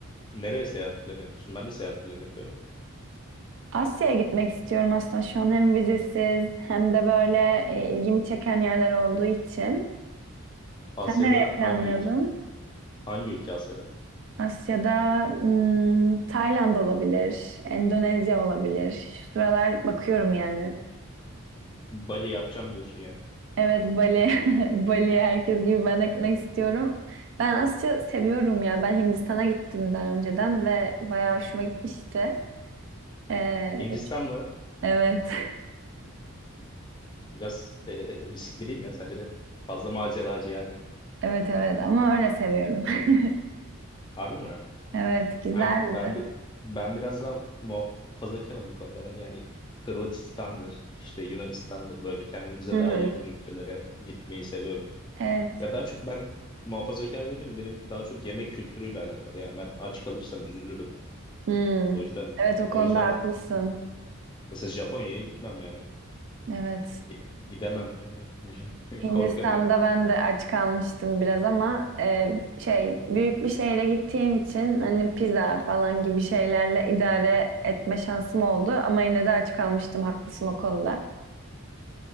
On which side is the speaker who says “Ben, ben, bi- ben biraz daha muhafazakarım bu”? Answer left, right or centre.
Left